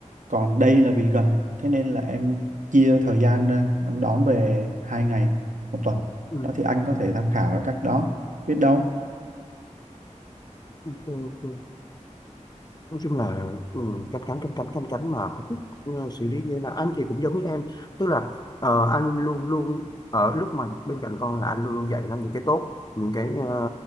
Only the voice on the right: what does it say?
còn đây là vì gần thế nên là em chia thời gian ra em đón về hai ngày một tuần
đó thì anh có thể tham khảo ở cách đó biết đâu